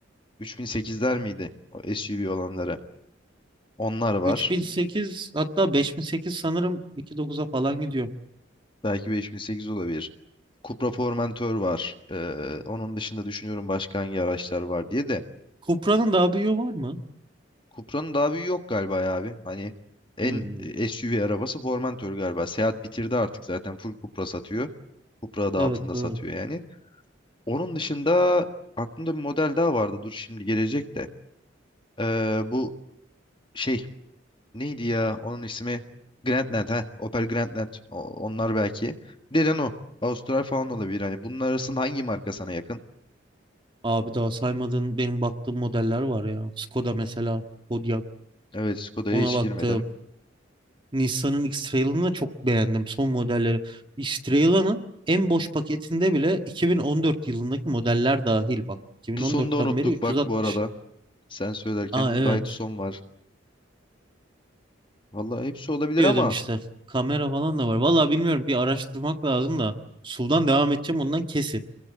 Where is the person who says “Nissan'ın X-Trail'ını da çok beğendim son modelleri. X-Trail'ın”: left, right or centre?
Right